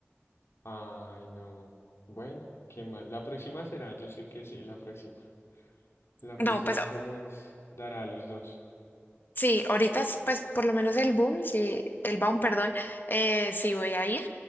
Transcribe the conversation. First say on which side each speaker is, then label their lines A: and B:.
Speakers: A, on the left (about 75°); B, on the left (about 50°).
A: Ay, no. Bueno, qué mal. La próxima será, yo sé que sí, la próxima. La próxima
B: No, pues
A: se nos dará a los dos.
B: Sí, ahorita, es, pues por lo menos el boom, sí, el boom, perdón, eh, sí voy a ir,